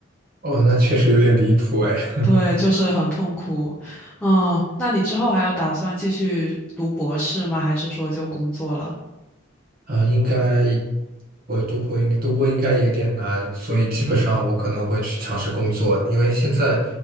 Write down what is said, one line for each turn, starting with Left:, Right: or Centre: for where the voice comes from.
Right: 哦，那确实有点离谱哎。<laughs>
Centre: 对，就是很痛苦。嗯，那你之后还有打算继续读博士吗？还是说就工作了？
Right: 啊、应该我读博应该读博应该有点难，所以基本上我可能会去尝试工作，因为现在